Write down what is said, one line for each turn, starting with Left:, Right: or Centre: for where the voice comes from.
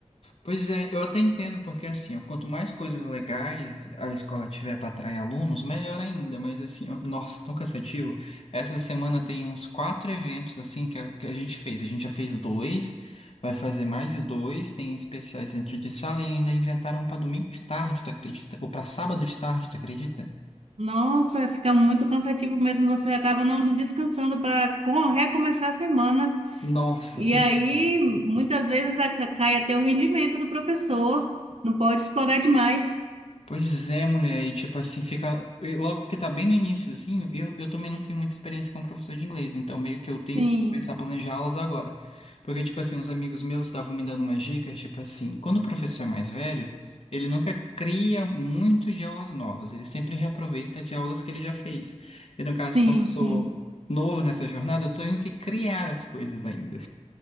Left: Pois é, eu até entendo, porque assim, ó, quanto mais coisas legais a escola tiver para atrair alunos, melhor ainda, mas assim, ó, nossa, tão cansativo. Essa semana tem uns quatro eventos, assim, que a, que a gente fez. A gente já fez dois, vai fazer mais dois, tem especiais dentro de sala e ainda inventaram um para domingo de tarde, tu acredita? Ou para sábado de tarde, tu acredita?
Right: Nossa, fica muito cansativo mesmo, você acaba não descansando para recomeçar a semana.
Left: Nossa,
Right: E
Left: terrível.
Right: aí, muitas vezes, a- cai até o rendimento do professor, não pode explorar demais.
Left: Pois é, mulher, e tipo assim, fica. e Logo que tá bem no início, assim, eu, eu também não tenho muita experiência como professor de inglês, então meio que eu tenho
Right: Sim.
Left: que começar a planejar aulas agora. Porque, tipo assim, os amigos meus estavam me dando umas dicas, tipo assim, quando o professor é mais velho, ele nunca cria muito de aulas novas, ele sempre reaproveita de aulas que ele já fez. E no caso,
Right: Sim,
Left: como eu sou
Right: sim,
Left: novo nessa jornada, eu tenho que criar as coisas ainda.